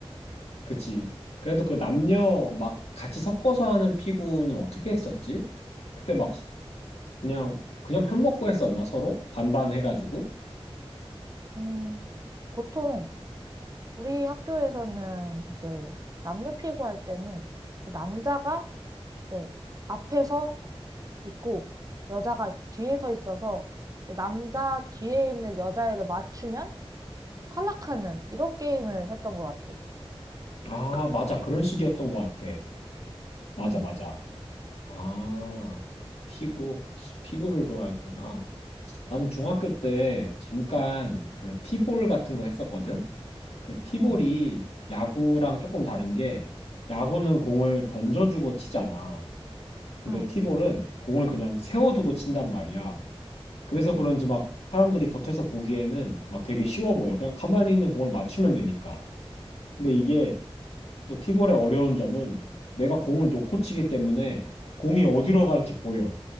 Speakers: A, on the left; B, on the right.
A: 그치. 그래도 그 남녀 막 같이 섞어서 하는 피구는 어떻게 했었지? 그때 막 그냥 그냥 편먹고 했었나 서로? 반반 해가지고?
B: 음, 보통 우리 학교에서는 이제 남녀 피구할 때는 그 남자가 네, 앞에서 있고 여자가 뒤에 서 있어서 네, 남자 뒤에 있는 여자애를 맞추면 탈락하는 이런 게임을 했던 것 같아.
A: 아, 맞아. 그런 식이었던 것 같아. 맞아,
B: 응,
A: 맞아. 아, 피구. 피구를 좋아했구나. 나는 중학교 때 잠깐 그 티볼 같은 거 했었거든? 그 티볼이
B: 응,
A: 야구랑 조금 다른 게 야구는 공을 던져주고 치잖아. 근데
B: 응,
A: 티볼은 공을 그냥 세워두고 친단 말이야. 그래서
B: 응.
A: 그런지 막 사람들이 겉에서 보기에는 막 되게 쉬워 보여. 그냥 가만히 있는 공을 맞추면 되니까. 근데 이게 또 티볼의 어려운 점은 내가 공을 놓고 치기 때문에 공이 어디로 갈지 보여.